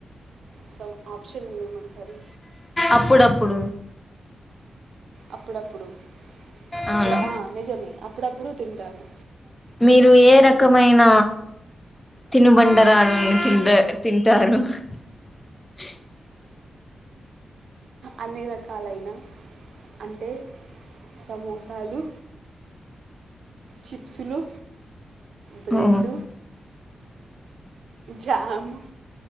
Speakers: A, on the right; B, on the left.
A: సో ఆప్షన్ నిమంటంటారు
B: అప్పుడప్పుడు
A: అప్పుడప్పుడు
B: అవును
A: అప్పుడు ఆ నిజమే అప్పుడప్పుడు తింటాను
B: మీరు ఏ రకమైన తినుబండరాలని తి తింటారు <unintelligible>
A: అన్ని రకాలైన అంటే సమోసాలు చిప్సులు బ్రెడ్
B: ఓ
A: జమ్